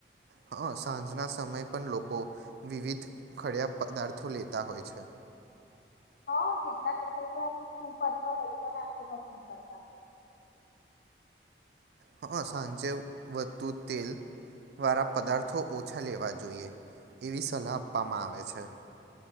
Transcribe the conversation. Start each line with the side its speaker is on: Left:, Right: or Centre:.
Right: હ સાંજના સમયે પણ લોકો વિવિધ ખડયા પદાર્થો લેતા હોય છે
Left: હા કેટલાક લોકો તો આમ સૂપ અથવા હલકો નાસ્તો પસંદ કરતા હોય છે
Right: હા સાંજે વધતુ તેલ વાળા પદાર્થો ઓછા લેવા જોઈએ એવી સલાહ આપવામાં આવે છે